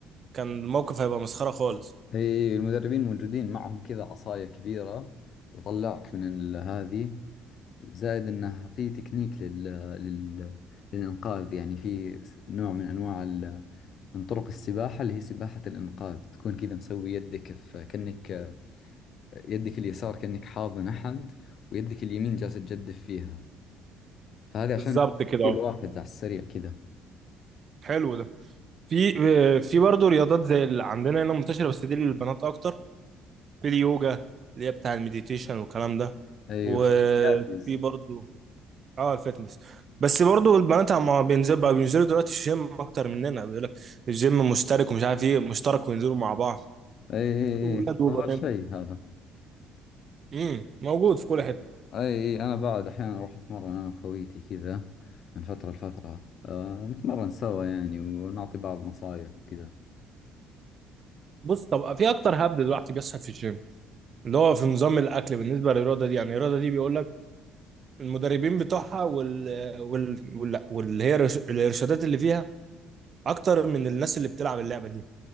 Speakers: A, on the right; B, on the left.
A: كان الموقف هيبقى مسخره خالص
B: اي المدربين موجودين معهم كذا عصاية كبيرة يطلعك من ال- هذه زائد انه في تكنيك لل... لل... للإنقاذ يعني في س- نوع من أنواع ال... من طرق السباحة اللي هي سباحة الإنقاذ تكون كذا مسوي يدك في كأنك يدك اليسار كأنك حاضن أحد ويدك اليمين جالسة تجدف فيها فهذه عشان
A: بالظبط كده
B: تشيل
A: اهو
B: واحد على السريع كذا
A: حلو ده في في برضه رياضات زي اللي عندنا هنا منتشرة بس دي للبنات أكتر في اليوجا اللي هي بتاع المديتيشن والكلام ده
B: أي
A: وفي
B: وفي البلاتيز
A: برضه اه الفتنس بس برضه البنات عم بينزل بقى بينزلوا دلوقتي الجيم أكتر مننا بيقول لك الجيم مشترك ومش عارف إيه مشترك وينزلوا مع بعض
B: أي أي
A: ولاد
B: أي
A: وبنات
B: أفضل شيء هذا
A: امم موجود في كل حتة
B: أي أنا بعد أحيانا أروح أتمرن أنا وخويتي كذا من فترة لفترة أه نتمرن سوا يعني ونعطي بعض نصايح وكذا
A: بص طب في أكتر هبد دلوقتي بيحصل في الجيم اللي هو في نظام الأكل بالنسبة للرياضة دي يعني الرياضة دي بيقول لك المدربين بتوعها وال... وال... وال... واللي هي الإرش- الإرشادات اللي فيها اكتر من الناس اللي بتلعب اللعبه دي